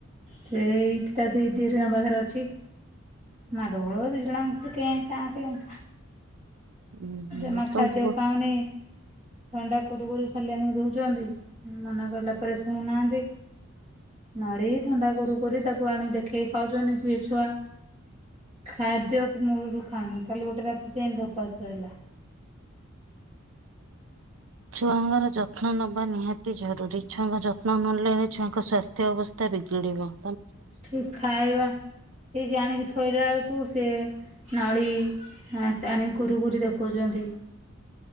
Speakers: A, on the right (about 30°); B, on the right (about 70°).
A: ସେଇଠି ତା ଦିଦି ଗାଁ ପାଖରେ ଅଛି। ମାଡଗଳ ଦି ଜଣ ଯାକ କେଁ କା କେଁ
B: ଉୁଁ ହୁଁ
A: ଜମା ଖାଦ୍ୟ
B: ତମ ପୁଅ
A: ଖାଉନି ଥଣ୍ଡା କୁରୁକୁରି ଖାଲି ଆଣିକି ଦଉଛନ୍ତି ମନା କଲା ପରେ ଶୁଣୁନାହାନ୍ତି ନଡ଼ି ଥଣ୍ଡା କୁରୁକୁରି ତାକୁ ଆଣି ଦେଖେଇ ଖାଉଛନ୍ତି ସିଏ ଛୁଆ ଖାଦ୍ୟ ମୂଳରୁ ଖାଉନି କାଲି ଗୋଟେ ରାତି ସେ ଏମିତି ଉପାସ ହେଲା
B: ଛୁଆଙ୍କର ଯତ୍ନ ନବା ନିହାତି ଜରୁରୀ ଛୁଆଙ୍କ ଯତ୍ନ ନନେଲେ ଛୁଆଙ୍କ ସ୍ଵାସ୍ଥ୍ୟ ଅବସ୍ଥା ବିଗିଡିବ
A: ଠିକ ଖାଇବା ଠିକ ଆଣିକି ଥୋଇଲା ବେଳକୁ ସେ ନଳି ହ ଆଣିକି କୁରୁକୁୁରି ଦେଖଉଛନ୍ତି।